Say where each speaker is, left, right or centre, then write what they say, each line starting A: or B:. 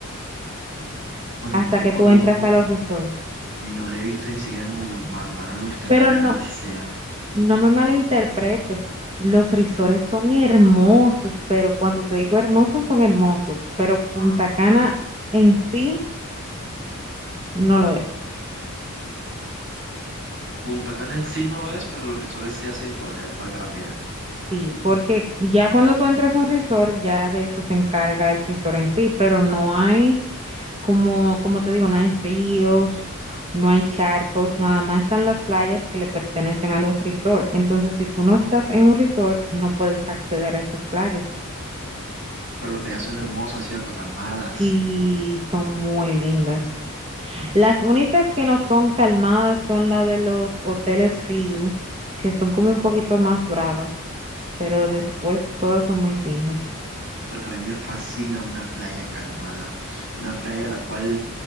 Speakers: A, on the right; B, on the right.
A: Bueno,
B: hasta
A: no lo
B: que
A: conozco
B: tú entras a los resorts.
A: y no lo he visto ni siquiera en Google Maps. Ahora me gustaría
B: Pero
A: verlo,
B: no,
A: así sea.
B: no me malinterpretes. Los risores son hermosos, pero cuando te digo hermosos, son hermosos. Pero Punta
A: Ah,
B: Cana
A: ok.
B: en sí no lo es.
A: Punta Cana en sí no lo es, pero los resorts sí hacen que vale- valga la pena.
B: Sí, porque ya cuando tú entras a un resort, ya de eso se encarga el resort en sí, pero no hay, como, como te digo, no hay ríos, no hay charcos, nada más están las playas que le pertenecen a los resorts. Entonces, si tú no estás en un resort, no puedes acceder a esas playas.
A: Pero las playas son hermosas, ¿cierto? Calmadas.
B: Sí, son muy lindas. Las únicas que no son calmadas son la de los hoteles Ryu, que son como un poquito más bravas, pero
A: Oh,
B: después todas son muy lindas.
A: porque a mí me fascina una playa calmada. Una playa a la cual